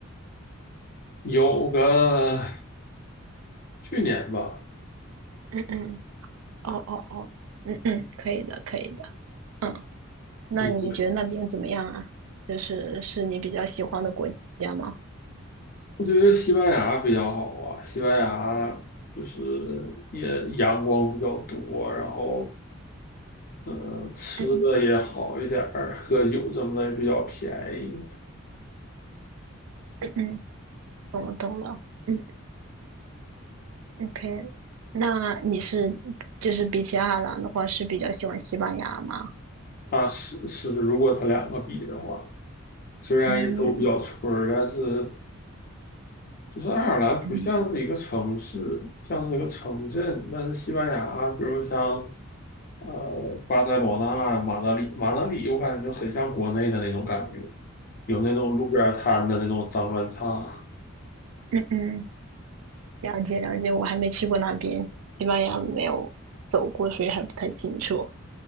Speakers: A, on the left; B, on the right.
A: 有个去年吧，
B: 嗯嗯，哦哦哦，嗯嗯，可以的，可以的。嗯。那你觉得那边怎么样啊？
A: 你觉得
B: 就是是你比较喜欢的国家吗？
A: 我觉得西班牙比较好啊。西班牙就是也阳光比较多，然后呃，吃的也好一点儿，
B: 嗯嗯
A: 喝酒什么的也比较便宜。
B: 嗯嗯，懂了懂了。嗯，OK。那你是就是比起爱尔兰的话，是比较喜欢西班牙吗？
A: 啊，是是，如果他两个比的话，虽然也都比较村儿，
B: 嗯
A: 但是就是爱尔兰不像是一个城市，
B: 嗯
A: 像是一个城镇。但是西班牙，比如像呃巴塞罗那、马德里，马德里我感觉就很像国内的那种感觉，有那种路边摊的那种脏乱差。
B: 嗯嗯，了解了解。我还没去过那边，西班牙没有走过，所以还不太清楚。